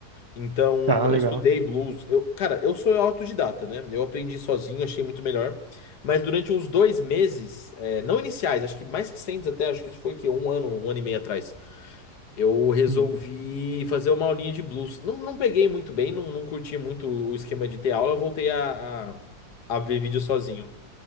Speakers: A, on the left; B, on the right.
A: Então
B: Ah,
A: eu
B: legal.
A: estudei blues. Eu, cara, eu sou autodidata, né? Eu aprendi sozinho, achei muito melhor. Mas durante uns dois meses, é, não iniciais, acho que mais recentes até, acho que isso foi o quê? Um ano, um ano e meio atrás. Eu resolvi
B: Uhum.
A: fazer uma aulinha de blues. Não, não peguei muito bem, não, não curti muito o esquema de ter aula, eu voltei a, a, a ver vídeo sozinho.